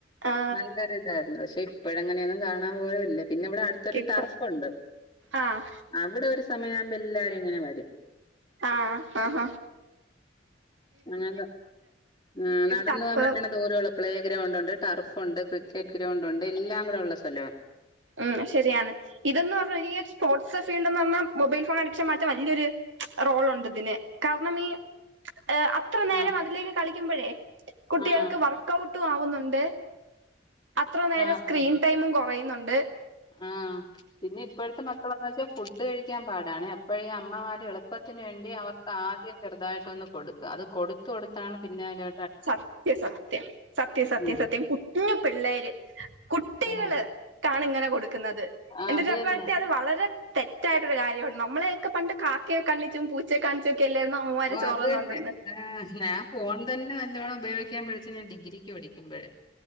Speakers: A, on the right; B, on the left.
A: ആ
B: നല്ലൊരു ഇതായിരുന്നു. പക്ഷെ ഇപ്പഴ അങ്ങനെയൊന്നും കാണാൻ പോലൂല്ല പിന്നെ ഇവടെ അടു ത്തൊരു
A: ഇപ്പ
B: ടർഫുണ്ട്.
A: ആഹ്
B: അവിടെ ഒരു സമയാവുമ്പം എല്ലാരും ഇങ്ങനെ വരും.
A: ആഹ് ആഹ
B: അങ്ങനെ എന്തോ ആഹ് നടന്ന്
A: ടഫ്
B: പോകാൻ പറ്റ്ണ ദൂരൊള്ളു പ്ലേ ഗ്രൗണ്ടുണ്ട്, ടർഫുണ്ട്, ക്രിക്കറ്റ് ഗ്രൗണ്ടുണ്ട് എല്ലാം കൂടെ ഉള്ള സ്ഥലവാ
A: ഉം ശരിയാണ്. ഇതെന്ന് പറഞ്ഞാ ഈയൊര് സ്പോർട്സാ ഫീൽഡ് എന്ന് പറഞ്ഞാൽ മൊബൈൽ ഫോൺ അഡിക്ഷൻ മാറ്റാൻ വല്യൊര് റോളുണ്ട് ഇതിന്. കാരണം ഈ ഏഹ് അത്ര നേരം
B: ആ
A: അതിലേക്ക് കളിക്കുമ്പഴേ കുട്ടികൾക്ക്
B: ആ
A: വർ ക്കൗട്ടും ആവുന്നുണ്ട് അത്ര നേരം
B: ആ അതന്നെ
A: സ്ക്രീൻ ടൈമും കൊറയുന്നുണ്ട്
B: ആഹ് പിന്നെ ഇപ്പഴത്തെ മക്കളെന്ന് വെച്ചാ ഫുഡ് കഴിക്കാൻ പാടാണെ. അപ്പഴേ ഈ അമ്മമാര് എളുപ്പത്തിന് വേണ്ടി അവർക്ക് ആദ്യം ചെറുതായിട്ടൊന്ന് കൊടു ക്കും അത് കൊടുത്ത് കൊടുത്താണ് പിന്നയിലോ
A: സത്യ സത്യം സത്യം സത്യം
B: ഉം.
A: സത്യം കുഞ്ഞു പിള്ളേര് കുട്ടികൾ
B: ആഹ്
A: കാണ് ഇങ്ങനെ കൊടുക്കുന്നത്
B: ആഹ്
A: എന്റെ
B: അത്
A: ഒരു അഭിപ്രായത്തി
B: തന്നെ
A: അത് വളരെ തെറ്റായിട്ടൊരു കാര്യമാണ് നമ്മളെയെക്കെ പണ്ട് കാക്കയെ കണ്ണിച്ചും പൂച്ചയെ കാണി ച്ചും ഒക്കെ അല്ലേര്ന്നോ അമ്മമാര്
B: ഓഹ്
A: ചോറ്
B: അത്
A: തന്നോണ്ടിര്ന്നെ?
B: തന്നെ ആഹ് ഞാൻ ഫോൺ തന്നെ നല്ലോണ്ണം ഉപയോഗിക്കാൻ പഠിച്ചെ ഞാൻ ഡിഗ്രിക്ക് പഠിക്കുമ്പഴാ